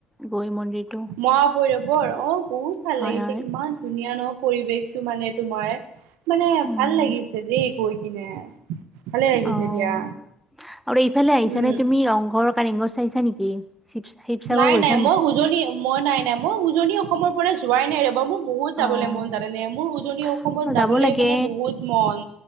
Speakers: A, in the centre; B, on the right.
A: গৈ মন্দিৰটো
B: মহা ভৈৰৱৰ অ, ' বহুত ভাল
A: হয়
B: লাগিছে
A: হয়
B: ইমান ধুনীয়া ন পৰিৱেশটো মানে তোমাৰ মানে
A: উম
B: ভাল লাগিছে দেই গৈ কিনে। ভালে লাগিছে
A: অ,
B: দিয়া
A: ' আৰু এইফালে আহিছা
B: উম
A: নে তুমি ৰংঘৰ কাৰেংঘৰ চাইছা নেকি। শিৱ শিৱসাগৰ
B: নাই,
A: গৈছা
B: নাই,
A: নেকি
B: মই উজনি মই নাই, নাই মই উজনি অসমৰ পৰা যোৱাই নাই ৰবা মোক বহুত যাবলৈ
A: অ
B: মন জানানে, মোৰ উজনি অসমত যাবলৈ
A: যাব লাগে
B: মানে বহুত মন।